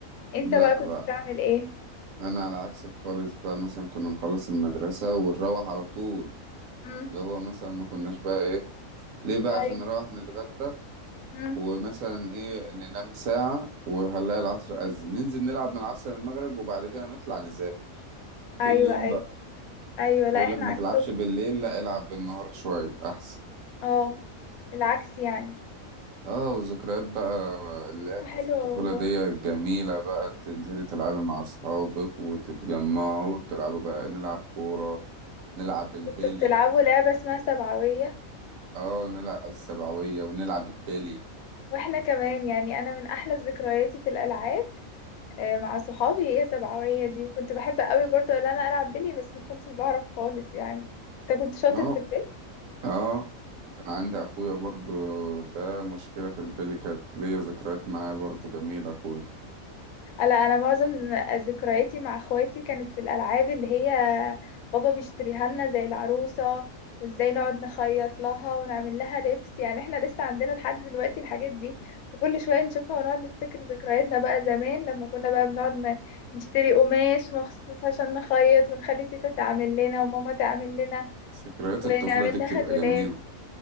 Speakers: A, on the left; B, on the right.
A: انت
B: لا
A: بقى كنت
B: بقى
A: بتعمل ايه؟
B: انا على عكسك خالص بقى مثلا كنا نخلص المدرسة ونروح على طول
A: امم
B: اللي هو مثلا ما كناش بقى ايه ليه بقى
A: ايوه
B: عشان نروح نتغدى
A: امم
B: ومثلا ايه ننام ساعة وهنلاقي العصر أذن ننزل نلعب من العصر للمغرب وبعد كده نطلع نذاكر
A: ايوه
B: كل يوم
A: ايوه ايوه لا
B: اقول
A: احنا
B: لك ما
A: عكسكم
B: تلعبش بالليل لا العب بالنهار شوية احسن
A: اه العكس يعني
B: اه وذكريات بقى اللعب
A: فكرة حلوة
B: في الطفولة
A: والله
B: دي جميلة بقى تنزلي تلعبي مع اصحابك وتتجمعوا وتلعبوا بقى نلعب كورة نلعب البيلي
A: كنت بتلعبوا لعبة اسمها سبعوية
B: اه نلعب السبعوية ونلعب البيلي
A: واحنا كمان يعني انا من احلى ذكرياتي في الالعاب آه، مع صحابي هي سبعوية دي وكنت بحب قوي برضه ان انا العب بلي بس ما كنتش بعرف خالص يعني انت كنت شاطر
B: اه
A: في البلي
B: اه وكان عندي اخويا برضو ده مشكلة في البيلي كانت ليا ذكريات معاه برضو جميلة اخويا
A: لا انا معظم ذكرياتي مع اخواتي كانت في الالعاب اللي هي بابا بيشتريها لنا زي العروسه وازاي نقعد نخيط لها ونعمل لها لبس يعني احنا لسه عندنا لحد دلوقتي الحاجات دي وكل شويه نشوفها ونقعد نفتكر ذكرياتنا بقى زمان لما كنا بقى بنقعد ن- نشتري قماش مخصوص عشان نخيط ونخلي تيتا تعمل لنا وماما تعمل لنا
B: ذكريات
A: ونعمل
B: الطفولة دي بتبقى
A: لها دولاب
B: جميلة